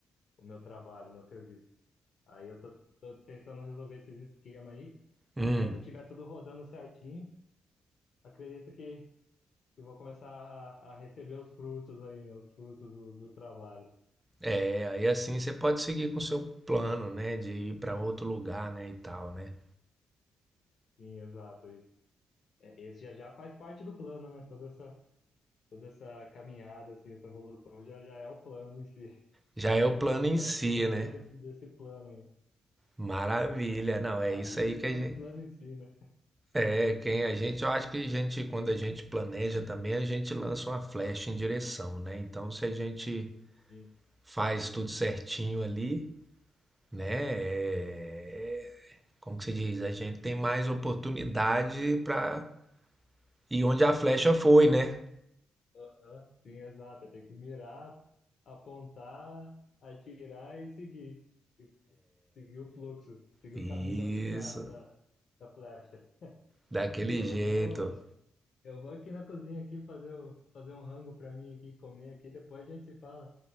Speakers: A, on the left (about 65°); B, on the right (about 20°).
A: o meu trabalho, o meu serviço. Aí eu tô, tô tentando resolver esses esquemas aí,
B: hum.
A: e quando tiver tudo rodando certinho, acredito que, eu vou começar a, a receber os frutos aí, né, os frutos do, do trabalho.
B: É, aí assim você pode seguir com o seu plano, né, de ir para outro
A: Sim,
B: lugar, né, e tal, né?
A: sim, exato. é, esse já já faz parte do plano, né? Toda essa, toda essa caminhada, assim, essa evolução já já é o plano em si. <laughs>
B: Já é
A: Tô
B: o plano
A: trilhando,
B: em si,
A: eu tô no meio
B: né?
A: do- desse plano aí.
B: Maravilha.
A: É,
B: Não, é
A: a
B: isso
A: vida
B: aí que
A: já
B: a
A: é o
B: gente
A: plano em si, né?
B: é, quem a gente, eu acho que a gente quando a gente planeja também, a gente lança uma flecha em direção, né? Então, se a gente
A: Sim,
B: faz tudo certinho ali, né? É, como que se diz? A gente tem mais oportunidade para ir onde a flecha foi, né?
A: aham, sim, exato. Tem que mirar, apontar, atirar e seguir. E Seguir o fluxo, seguir
B: Isso,
A: o caminho da, da, da, da flecha.
B: daquele
A: Viu?
B: jeito.
A: Eu vou, eu vou aqui na cozinha aqui fazer, o, fazer um rango pra mim aqui, comer aqui, depois a gente se fala.